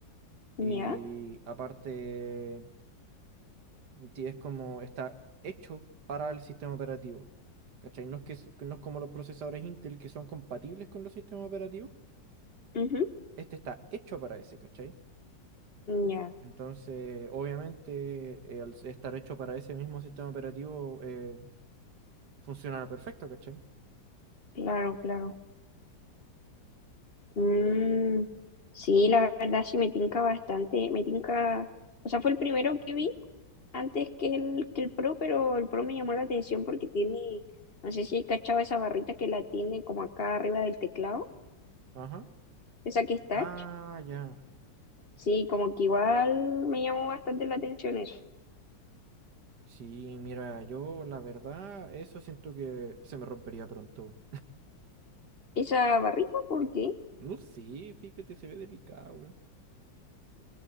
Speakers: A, on the right (about 65°); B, on the left (about 35°).
A: Y
B: ya,
A: aparte, ti- es como está hecho para el sistema operativo. ¿Cachai? No es que, se- no es como los procesadores Intel que son compatibles con los sistemas operativos.
B: ujú,
A: Este está hecho para ese, ¿cachai?
B: ya.
A: Entonces, obviamente, eh, al estar hecho para ese mismo sistema operativo, eh, Funcionará perfecto, ¿cachai?
B: Claro, claro. Mm, sí, la verdad sí me tinca bastante, me tinca, o sea, fue el primero que vi antes que el, que el Pro, pero el Pro me llamó la atención porque tiene, no sé si he cachado esa barrita que la tiene como acá arriba del teclado,
A: Ajá.
B: esa que es touch.
A: Ah, ya.
B: Sí, como que igual me llamó bastante la atención eso.
A: Sí, mira, yo la verdad, eso siento que se me rompería pronto, weón.
B: ¿Esa barrita por qué?
A: No sé, fíjate, se ve delicado, weón.